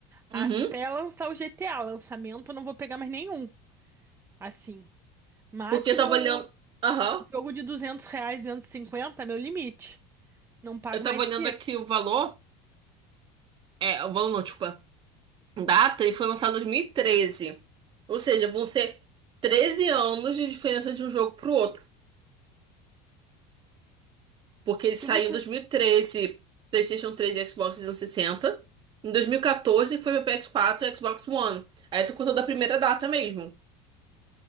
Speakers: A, on the right; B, on the right.
A: até
B: Uhum.
A: lançar o GTA. Lançamento eu não vou pegar mais nenhum, assim. Máximo
B: Porque eu tava olhando... Aham.
A: jogo de 200 reais, 250 cinquenta, meu limite. Não pago
B: Eu tava
A: mais
B: olhando
A: que isso.
B: aqui o valor. É, o valor não, desculpa. Data, e foi lançado em 2013. Ou seja, vão ser 13 anos de diferença de um jogo pro outro. Porque ele
A: Se
B: saiu
A: você,
B: em 2013, PlayStation 3 e Xbox 360. Em 2014, que foi meu PS4 e Xbox One. Aí tu contou da primeira data mesmo.